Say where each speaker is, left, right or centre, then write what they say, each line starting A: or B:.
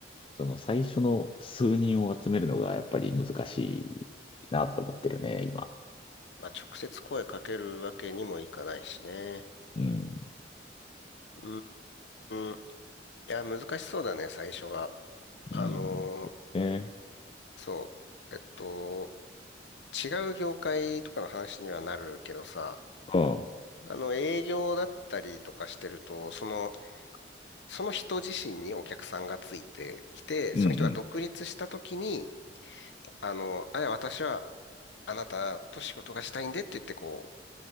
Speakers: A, on the left; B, on the left.
A: その最初の数人を集めるのがやっぱり難しいなと思ってるね、今。
B: まあ、直接声かけるわけにもいかないしね。
A: うん、
B: うーん。いや、難しそうだね、最初が。あのー
A: うん、ね、
B: そう。えっと、違う業界とかの話にはなるけどさ、
A: うん、うん、
B: あの、営業だったりとかしてると、その、その人自身にお客さんがついてきて、
A: うん。
B: その人が独立した時に、あの、あれ、私はあなたと仕事がしたいんでって言って、こう、